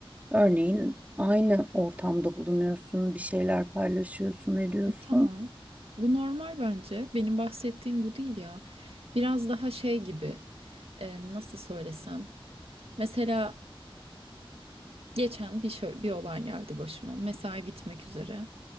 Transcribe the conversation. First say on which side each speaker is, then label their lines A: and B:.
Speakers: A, on the right; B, on the right.
A: örneğin aynı ortamda bulunuyorsun, bir şeyler paylaşıyorsun, ediyorsun.
B: E, tamam. Bu normal bence. Benim bahsettiğim bu değil ya. Biraz daha şey gibi. e, nasıl söylesem. Mesela geçen bir şö- bir olay geldi başıma. Mesai bitmek üzere.